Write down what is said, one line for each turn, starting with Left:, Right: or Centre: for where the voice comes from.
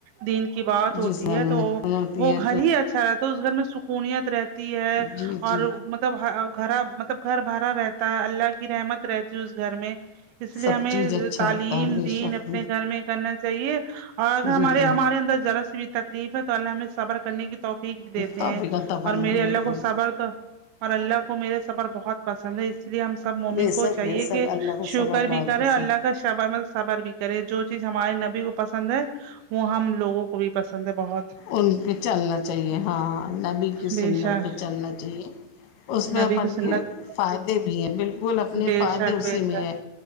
Right: دین کی بات ہوتی
Left: جس گھر
Right: ہے
Left: میں
Right: تو
Left: ہوتی
Right: وہ
Left: ہے
Right: گھر
Left: تو
Right: ہی اچھا رہتا ہے اس گھر میں سکنیت رہتی تی ہے
Left: جی جی
Right: اور مطلب گھرا مطلب گھر بھرا رہتا ہے اللہ کی رحمت رہتی ہے اس گھر میں اس لیے
Left: سب
Right: ہمیں
Left: چیز اچھا
Right: تعلیم
Left: ہوتا ہے بے
Right: دین
Left: شک
Right: اپنے گھر میں کرنا چاہیے اور اگر
Left: جی
Right: ہمارے
Left: جی
Right: ہمارے اندر ذرا سی بھی تکلیف ہے تو اللہ ہمیں صبر کرنے کی توقیق دیتے
Left: توفیق
Right: ہیں
Left: عطا فرما
Right: اور میرے
Left: بالکل
Right: اللہ کو صبر کا اور اللہ کو میرے صبر بہت پسند ہے اس لیے ہم سب سب مومن
Left: بے
Right: کو
Left: شک
Right: چاہیے
Left: بے شک
Right: کہ
Left: اللہ کو
Right: شکر
Left: صبر بہت
Right: بھی کرے
Left: پسند
Right: اللہ شبر مل صبر بھی کرے جو چیز ہمارے نبی کو پسند ہیں وہ ہم لوگوں کو بھی پسند ہے بہت
Left: ان پہ چلنا چاہیے ہاں نبی کی
Right: بے
Left: سنت
Right: شک
Left: پہ چلنا چاہیے اس میں
Right: نبی
Left: اپن
Right: کی سنت
Left: کے فائدے بھی ہیں بالکل اپنے
Right: بے
Left: فائدے
Right: شک
Left: اسی
Right: بے
Left: میں
Right: شک
Left: ہیں